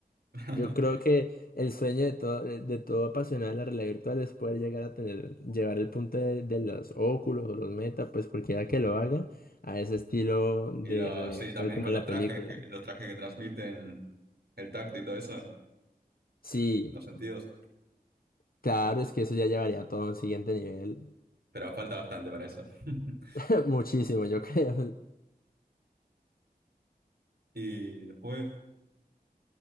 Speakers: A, on the right; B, on the left.
A: <laughs>
B: Yo creo que el sueño de todo, de todo apasionado de la realidad virtual es poder llegar a tener, llevar el punto de, de los óculos o los meta, pues cualquiera que lo haga, a ese estilo de
A: Y lo,
B: realidad
A: sí,
B: virtual
A: también
B: como
A: con
B: en
A: los
B: la
A: trajes,
B: película.
A: que, los trajes que transmiten el tacto y todo eso,
B: Sí.
A: los sentidos,
B: Claro, es que eso ya llevaría todo a un siguiente nivel.
A: pero falta bastante para eso. <laughs>
B: <laughs> Muchísimo, yo creo.
A: Y después,